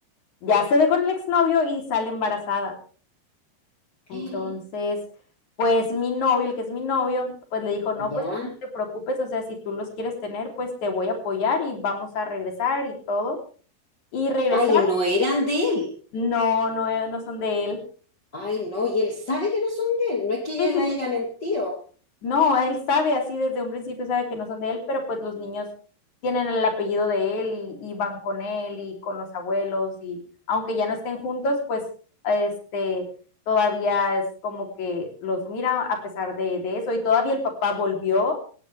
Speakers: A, on the left; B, on the left.
A: ya se ve con el exnovio y sale embarazada,
B: <gasps>
A: entonces... Pues mi novio, el que es mi novio, pues le dijo, no,
B: ¿Ya?
A: pues tú no te preocupes, o sea, si tú los quieres tener, pues te voy a apoyar y vamos a regresar y todo. Y regresaron
B: Ay, no eran de él.
A: No, no, eh, no son de él.
B: Ay, no, y él sabe que no son de él. No es que ella
A: Sí, sí,
B: le
A: sí.
B: haya mentido.
A: No, él sabe así desde un principio, sabe que no son de él, pero pues los niños tienen el apellido de él y, y van con él y con los abuelos y aunque ya no estén juntos, pues este todavía es como que los mira a pesar de, de eso y todavía el papá volvió,